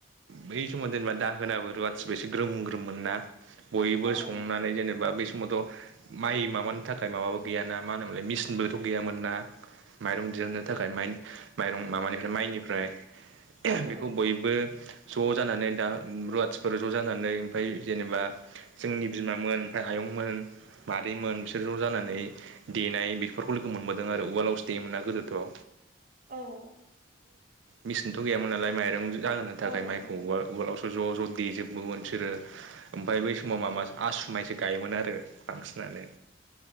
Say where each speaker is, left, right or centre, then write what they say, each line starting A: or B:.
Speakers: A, on the right; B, on the right.
A: बै समाव जेनेबा दाहोनाबो रुवासिबो एसे ग्रोम ग्रोममोन ना बयबो
B: औ
A: संनानै जेनेबा बै समावथ माइ माबान थाखाय माबाबो गैयाना मा होनोमोनलाय मिसिनबोथ गैयामोन ना माइरं दिहुननो थाखाय माइ माइरं माबानिफ्राय माइनि फ्राय
B: औ
A: बेखौ बयबो ज जानानै दा रुवाथिफोर ज जानानै ओमफ्राय जेनेबा जोंनि बिमामोन ओमफ्राय आयंमोन मादैमोन बिसोर ज जानानै देनाय बेफोरखौ लोगो मोनबोदों आरो उवालावस देयो मोना गोदोथ औ
B: औ
A: मेसिनथ गैयामोन नालाय माइरं जाहोनो थाखाय
B: औ
A: माइखौ
B: औ औ
A: उवा उवालावसो ज' ज' देजोबोमोन सोरो ओमफ्राय बै समाव माबा आसु माइसो गायोमोन आरो बांसिनानो